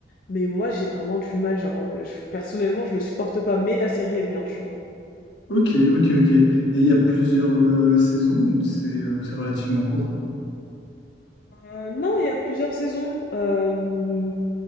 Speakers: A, on the left; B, on the left.
A: Mais moi, j'ai vraiment du mal, genre, heu, je personnellement, je le supporte pas, mais la série est bien, tu vois?
B: Ok ok ok. Et il y a plusieurs euh, saisons ou c'est ou c'est relativement court?
A: Heu, non, il y a plusieurs saisons, hem,